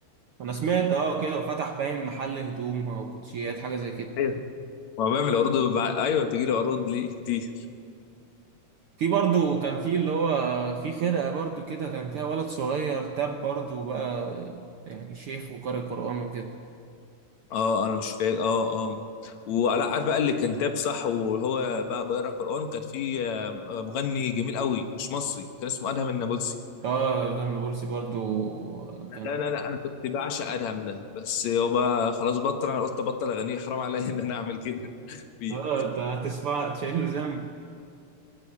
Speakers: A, on the right (about 75°); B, on the left (about 65°).
A: انا سمعت اه كده وفتح باين محل هدوم او كوتشيات حاجة زي كده
B: ايوه هو بيعمل عروض بع... ايوه بتجي له عروض ليه كتير
A: في برضو كان في اللي هو في فرقة برضو كده كان فيها ولد صغير تاب برضو بقى آه، يعني شيخ وقارئ قرآن وكده
B: اه انا مش فاكر اه اه وعلى عارف بقى اللي كان تاب صح وهو بقى بيقرا قران كان في آه، مغني جميل قوي مش مصري كان اسمه ادهم النابلسي
A: اه ده من بولسي برضو كان
B: لا لا لا انا كنت بعشق ادهم ده بس يابا خلاص بطل انا قلت ابطل اغنيه حرام عليا <laughs> ان انا اعمل كده فيه
A: اه انت هتسمع تشيل له ذنب